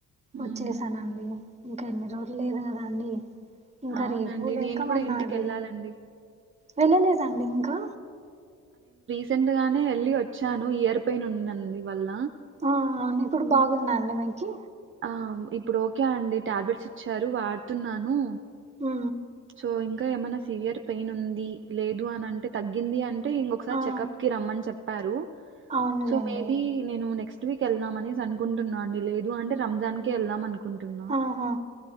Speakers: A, on the right; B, on the right.
A: మ్మ్
B: వచ్చేసానండి. ఇంకా ఎన్ని రోజులు లేదు కదాండి. ఇంకా
A: అవునండి
B: రేపు లేకమన్నాడే
A: నేను కూడా ఇంటికి వెళ్ళాలండి
B: వెళ్ళలేదండి ఇంకా.
A: సెంటగానే వెళ్ళి వచ్చాను ఇయర్ పెయిన్ ఉన్నందు వల్ల.
B: ఆ అవును ఇప్పుడు బాగున్నాండి మీకి
A: ఆ ఇప్పుడు ఓకే అండి టాబ్లెట్స్ ఇచ్చారు వాడుతున్నాను.
B: ఉ
A: సో ఇంకా ఏమైన్నా సివియర్ పెయిన్ ఉంది లేదు, అని అంటే తగ్గింది అంటే ఇంకొకసారి
B: ఆ
A: చెకప్కి రమ్మని చెప్పారు.
B: అవునులేండి
A: సో మేబి నేను నెక్స్ట్ ఫస్ట్ వీక్ వెళ్దా అనేసి అనుకుంటన్నా అండి లేదు అంటే రంజాన్కేళ్దాం అనుకుంటున్నాను.
B: ఆహా